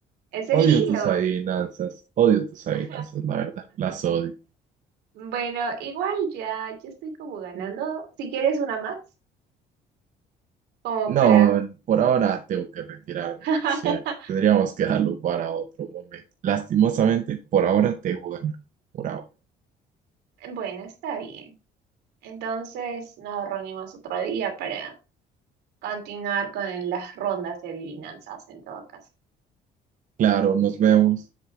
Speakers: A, on the right; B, on the right.
A: Es el
B: odio
A: hilo.
B: tus adivinanzas, odio tus adivinanzas,
A: <laughs>
B: la verdad, las odio.
A: Bueno, igual ya, ya estoy como ganando. Si quieres una más, como
B: No,
A: para
B: por ahora tengo que retirarme,
A: <laughs>
B: Mariciel. Tendríamos que dejarlo para otro momento. Lastimosamente, por ahora te dejo ganar. Por ahora.
A: Bueno, está bien. Entonces nos reunimos otro día para continuar con las rondas de adivinanzas en todo caso.
B: Claro, nos vemos.